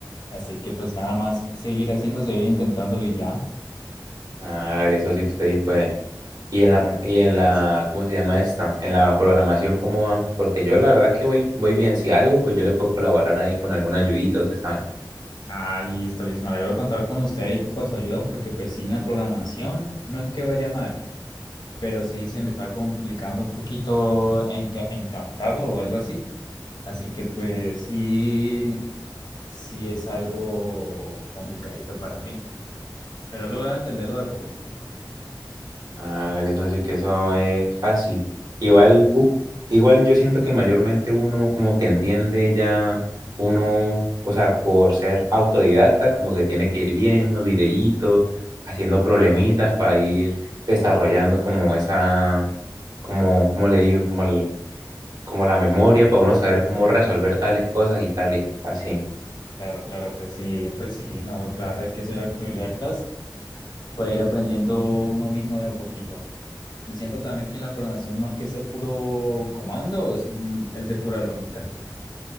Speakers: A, on the left; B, on the right.
A: Así que pues nada más seguir haciendo, seguir intentándolo y ya.
B: Hágale, socio, que usted ahí puede. Y
A: Hágale,
B: en la,
A: hágale,
B: y
A: muchas
B: en la,
A: gracias.
B: ¿cómo se llama esta? En la programación, ¿cómo va? Porque yo la verdad es que voy, voy bien. Si algo, pues yo le puedo colaborar ahí con alguna ayudita, usted sabe.
A: Ah, listo, listo. Me alegro de contar con usted ahí para su ayuda, porque pues sí, en la programación no es que vaya mal, pero sí se me está complicando un poquito enca- encajarlo o algo así. Así que pues sí, sí es algo complicadito para mí, pero he logrado entenderlo de a poquito.
B: Hágale, socio, que eso es fácil. Igual, u- igual yo siento que mayormente uno como que entiende ya, uno, o sea, por ser autodidacta, como que tiene que ir viendo videitos, haciendo problemitas
A: Claro,
B: para ir desarrollando como esa, como, como le digo, como, el- como la memoria para uno saber cómo resolver tales cosas y tales, así.
A: claro, claro, pues sí, pues sí, no, claro, hay que ser autodidactas, puede ir aprendiendo uno mismo de a poquito. Y siento también que en la programación, más que ser puro comando, es, mm, es de pura lógica.